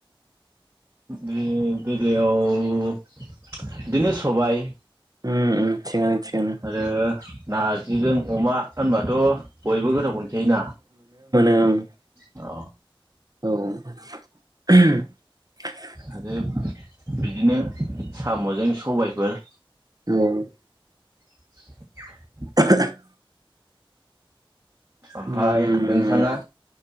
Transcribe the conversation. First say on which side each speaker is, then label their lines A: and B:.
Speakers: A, on the right; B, on the right.
A: बे बेलायाव बिदिनो सबाय
B: ओम ओम थिगानो थिगानो
A: आरो नारजिजों अमा होनबाथ बयबो गोदाव मोनखायोना।
B: ओं
A: अ
B: औ <unintelligible>
A: आरो बिदिनो सामजों सबायफोर
B: औ
A: <inaudible>
B: <unintelligible>
A: ओमफाय
B: ओम
A: नोंथाङा